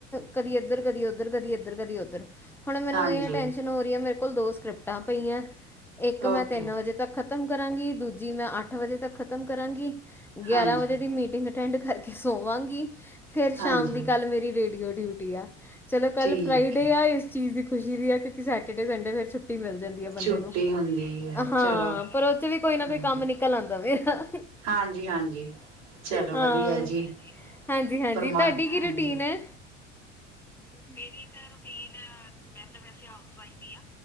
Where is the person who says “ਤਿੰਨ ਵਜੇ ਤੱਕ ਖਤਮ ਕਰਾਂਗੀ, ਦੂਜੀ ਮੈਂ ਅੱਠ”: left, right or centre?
Centre